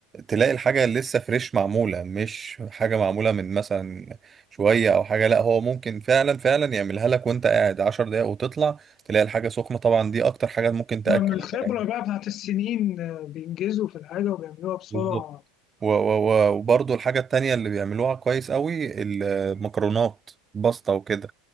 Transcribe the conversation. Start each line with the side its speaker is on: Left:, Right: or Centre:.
Right: تلاقي الحاجه لسه فريش معموله مش حاجه معموله من مثلا شويه او حاجه لا هو ممكن فعلا فعلا يعملها لك وانت قاعد 10 دقايق وتطلع تلاقي الحاجه سخنه طبعا دي اكتر حاجه ممكن تاكل
Left: ما من الخبرة
Right: البني آدم.
Left: بقى بتاعت السنين آه، بينجزوا في الحاجة وبيعملوها بسرعة
Right: بالظبط و- و- و- وبرضو الحاجة التانية اللي بيعملوها كويس قوي المكرونات باستا وكده